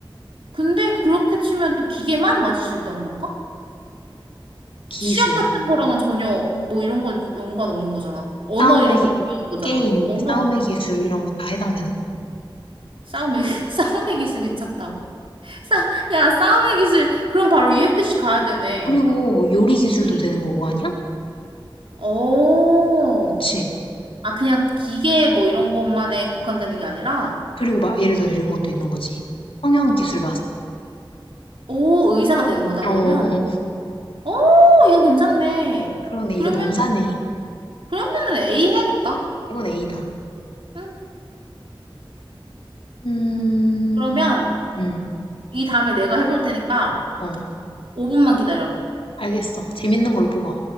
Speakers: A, on the right (about 75°); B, on the left (about 85°).
A: 근데 그렇게 치면 또 기계만 맞을 수 있다는 건가?
B: 기술,
A: 시험 같은 거랑은 전혀 뭐 이런 건 연관 없는 거잖아. 언어
B: 싸움의
A: 이런
B: 기-
A: 거 못 배우는 거잖아.
B: 게임,
A: 언어
B: 싸움의 기술 이런 거 다 해당되나?
A: 싸움의 <laughs> 싸움의 기술 괜찮다. 싸, 야, 싸움의 기술 그럼 바로 UFC 가야 되네.
B: 그리고 요리 기술도
A: 응.
B: 되는 거고 아니야?
A: 오.
B: 그치?
A: 아, 그냥 기계 뭐 이런 것만에 국한되는 게 아니라
B: 그리고 막 예를 들어 이런 것도 있는 거지. 성형 기술 마스터.
A: 오, 의사가 되는 거다
B: 어,
A: 그러면.
B: 어. 어.
A: 오, 이거 괜찮네.
B: 그러네.
A: 그러면
B: 이거 너무 사네
A: 그러면은 A 해야겠다.
B: 이건 A다.
A: 응.
B: 음,
A: 그러면
B: 음,
A: 이 다음에 내가 해볼 테니까
B: 어,
A: 5분만 기다려.
B: 알겠어. 재밌는 걸로 뽑아.